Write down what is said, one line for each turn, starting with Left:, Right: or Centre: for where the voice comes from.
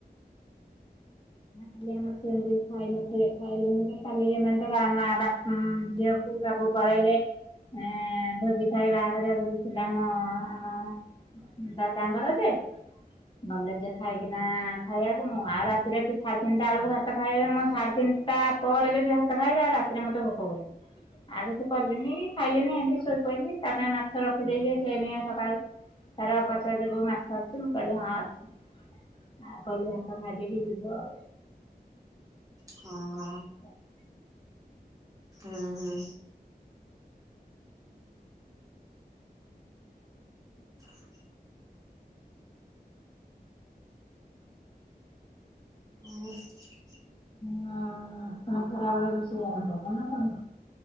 Left: ଖାଲି ଆମର ସେମିତି ଖାଇନଥଥିଲେ ଖାଇଲେନି ଖାଲି ଏମ ତ ରାନା ବାପା ଝିଅ ବାବୁ ପଳେଇଲେ ଏଁ ଭୋଜି ଖାଇବା ଆଗରେ ଭୋଜିଥିଲା ଆମ ତା ତାଙ୍କର ଯେ ଗଲେ ଯେ ଖାଇକିନା ଖାଇବାକୁ ମୁଁ ଆଉ ରା ରାତି ସାଢ଼େ ତିନିଟା ବେଳକୁ ଭାତ ଖାଇବେ ମୋ ସାଢେ ତିନିଟା ପରେ ଯଦି ଭାତ ଖାଇବେ ଆଉ ରାତିରେ ମୋତେ ଭୋକ ହୁଏନି। ଆବେ ସେ କଲିନି ଖାଇଲିନି ଏମିତି ଶୋଇପହିଲି ତା ପାଇଁ ମାଛ ରଖିଦେଇଛି ସେନ ସକାଳୁ ତାର ପଚାରିବୋ ମାଛ ଆଛି ମୁଁ କହିଲି ହଁ ଅଛି, ଆଉ କହିଲି ହାତ ଖାଇ ଦେଇକି ଯ
Right: ହଁ ହଁ
Left: <unintelligible>
Right: ହଁ ହଁ। <unintelligible> <unintelligible>
Left: ହ ସେନକରାବେଳେ ରଋଷେଇ ଆରମ୍ଭବ ନା କ?